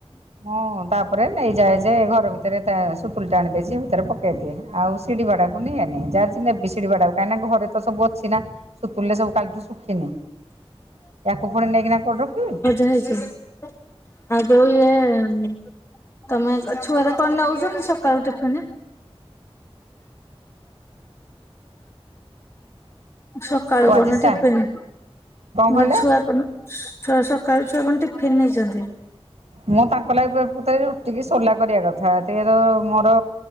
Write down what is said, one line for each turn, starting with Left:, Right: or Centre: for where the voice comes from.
Right: ମୁଁ ତାପରେ ନେଇଯାଏ ଯେ ଘର ଭିତରେ ସୁତୁଲି ଟା ଆଣି ଦେଇଛି ଭିତରେ ପକେଇଦିଏ ଆଉ ସିଡ଼ିଗଡ଼ା <unintelligible> କାହିଁକି ନା ଘରେ ତ ସବୁ ଅଛି। ନାଁ ସୁତୁଲି ଗୁରା ସବୁ କାଲିଠୁ ଶୁଖିନି ୟାକୁ ପୁଣି ନେଇକିନା କୋଉଠି ରଖିବି?
Left: ହେଜସ୍ ଆଉ ଯୋଉ ଇଏ ତମେଛୁଆରା କଣ ନଉଛନ୍ତି ସକାଳୁ ଟିଫିିନି? ସକାଳୁ
Right: ଓ
Left: କଣ
Right: ଆଜିସା
Left: ଟିଫିନ୍?
Right: କଣ
Left: ଗ
Right: କହିଲେ
Left: ଛୁଆ କଣ ସକାଳୁ ଛୁଆ କଣ ଟିଫିନ୍ ନେଇଛନ୍ତି?
Right: ମୁଁ ତାଙ୍କ ଲାଗି ପ୍ରକୃତରେ ରୁଟିିକି ସୋଲା କରିବା କଥା <unintelligible> ମୋର